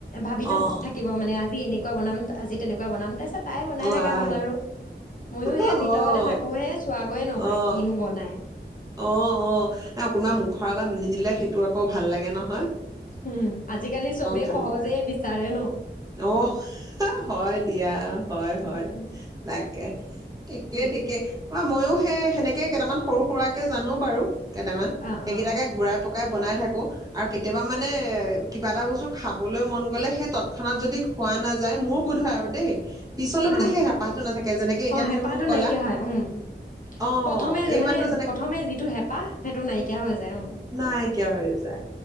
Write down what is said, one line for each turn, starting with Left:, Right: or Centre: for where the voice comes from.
Left: ভাবি থা
Right: অ',
Left: থাকিব মানে আজি এনে এনেকুৱা বনাম আজি তেনেকুৱা বনাম তাৰপিছত তাই বনাই
Right: অ',
Left: থকা
Right: আই
Left: হ'ল আৰু মইয়ো হে
Right: অ',
Left: ভিতৰতে থাকো হে একোৱেই নহয়
Right: অ',
Left: কিনো বনাই
Right: অ অ নাই কোনোবা মুখৰ আগত নি নিদিলে সেইটো আকৌ ভাল লাগে ন
Left: উম আজিকালি চবে
Right: ভাল
Left: সহজে
Right: লাগে।
Left: বিচাৰে ন
Right: অ হয় দিয়া হয় হয়
Left: উম,
Right: তাকে ঠিকে
Left: উম,
Right: ঠিকে বা মইো সে সেনেকে কেইটামান সৰু সুৰাৰাকে জানো বাৰু কেইটামান
Left: অ
Right: সেইকেইটাকে
Left: অ অ
Right: ঘুৰাই পকাই বনাই থাক ক' আৰু কেতিয়াবা মানে কিবা এটা বস্তু খাবলৈও মন গ'লে সেই ত খানাত যদি খোৱা নাযায় মোৰো বোধয় আৰু দেই পিছলৈ
Left: অ
Right: মানে সেই হেঁপাহটো নাথাকে যেনেকে এতিয়া
Left: অ
Right: তুমি
Left: হেপাহটো
Right: মোক ক'লা
Left: নাইকিয়া হয় উম
Right: অ
Left: প্ৰথমে যে
Right: এই
Left: মানে
Right: মাত্ৰ যেনেকে
Left: প্ৰথমে যিটো হেপাহ সেইটো নাইকিয়া হৈ যায় উম
Right: নাইকিয়া হৈ যায়